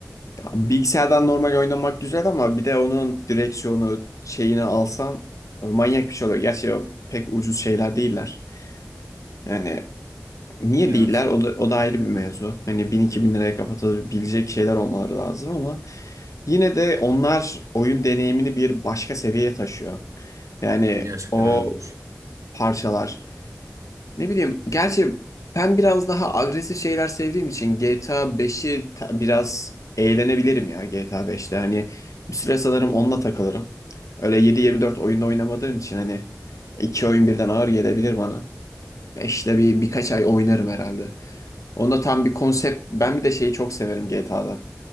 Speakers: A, on the left; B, on the right.
A: bilgisayardan normal oynamak güzel ama bir de onun direksiyonu şeyini alsan manyak bir şey oluyor. Gerçi o pek ucuz şeyler değiller. Yani Niye
B: Evet.
A: değiller? O da, o da ayrı bir mevzu. Hani 1000-2000 liraya kapatabilecek şeyler olmaları lazım ama yine de onlar oyun deneyimini bir başka seviyeye taşıyor. Yani
B: Gerçekten
A: o
B: öyledir.
A: parçalar. Ne bileyim, gerçi ben biraz daha agresif şeyler sevdiğim için GTA 5'i ta- biraz eğlenebilirim ya GTA 5'te. Hani bir süre sanırım onunla takılırım. Öyle 7-24 oyunda oynamadığım için hani iki oyun birden ağır gelebilir bana. 5'te bir birkaç ay oynarım herhalde. Onda tam bir konsept. Ben bir de şeyi çok severim GTA'da.